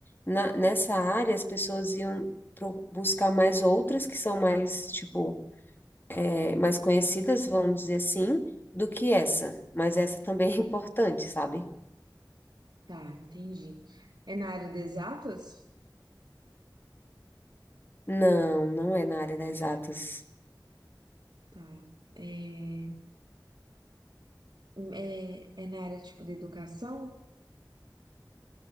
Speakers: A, on the left (about 25°); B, on the right (about 70°).
A: na- nessa área as pessoas iam pro- buscar mais outras que são mais, tipo, é, mais conhecidas, vamos dizer assim, do que essa. Mas essa também é <laughs> importante, sabe?
B: Tá, entendi. É na área de exatas?
A: Não, não é na área das exatas.
B: Tá. É, é, é na área, tipo, de educação?